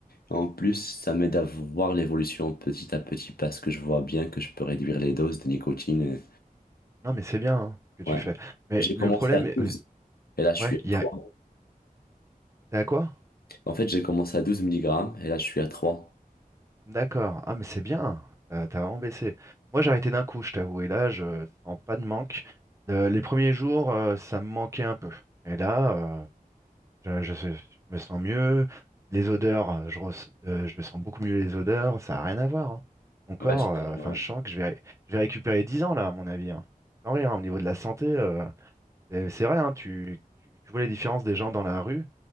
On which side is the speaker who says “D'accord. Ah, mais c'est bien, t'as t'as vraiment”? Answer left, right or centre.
Right